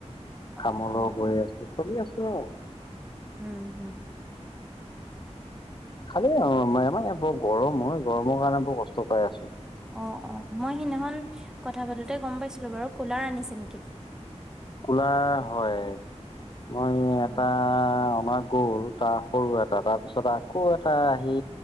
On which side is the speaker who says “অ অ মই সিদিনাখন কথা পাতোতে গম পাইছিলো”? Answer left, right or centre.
Centre